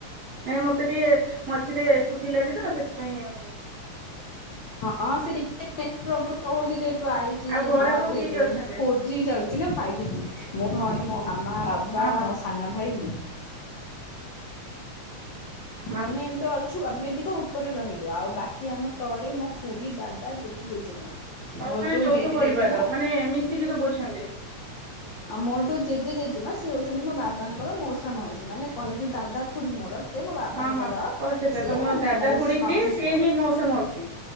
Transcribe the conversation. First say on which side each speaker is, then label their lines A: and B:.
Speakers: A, on the right; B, on the left.
A: ନାଇଁ ମତେ ଟିକେ ମଝିରେ ଶୁଭିଲାନି ତ ସେଥିପାଇଁ ମୁଁ
B: ହଁ ସେ ଟିକେ ନେଟ ପ୍ରୋବ୍ଲେମ ରହୁଛି ଯେହେତୁ ଆଇଚି
A: ଆଉ ଘରେ
B: ବାହାରକୁ
A: ସବୁ କିଏ
B: ସେଥିପାଇଁ
A: କିଏ ଅଛନ୍ତି?
B: <unintelligible> ଜି ଯାଉଚି ନା ଫାଇଭ ଜି ମୋ ଘରେ ମୋ ମାମା ବାବା
A: ହଁ ହଁ
B: ମୋ ସାନ ଭାଇ ମୁଁ।
A: ମା
B: ଆମେ ଏମିତି ଅଛୁ ଆମେ ଏତିକ ଉପରେ ରହିଲୁ ଆଉ ବାକି ଆମ ତଳେ ମୋ ଖୁଡ଼ି ଦାଦା ତା ଜେଜି ଜେଜେମା
A: ହଉ
B: ମୋର
A: ମାନେ
B: ଯୋଉ
A: ଯୌଥ
B: ଜେଜେ
A: ପରିବାର
B: ଜେଜେମା
A: ମାନେ ମିଶିକି ସବୁ ଅଛନ୍ତି।
B: ଆଉ ମୋର ଯୋଉ ଜେଜେ ଜେଜେମା ସିଏ ହଉଛନ୍ତି ମୋ ବାବାଙ୍କର ମଉସା ମାଉସୀ ମାନେ କହେ ଯେ ଦାଦା ଖୁଡି ମୋର ସେ ମୋ ବାବାଙ୍କର
A: ହଁ ହଁ ଓ ଆଚ୍ଛା ଆଚ୍ଛା
B: ସିଏ
A: ତମ ଦାଦା
B: ମଉ
A: ଖୁଡି ଯିଏ
B: ମାଉସୀ
A: ସିଏ
B: ପୁଅ।
A: ହିଁ ମଉସା ମାଉସୀ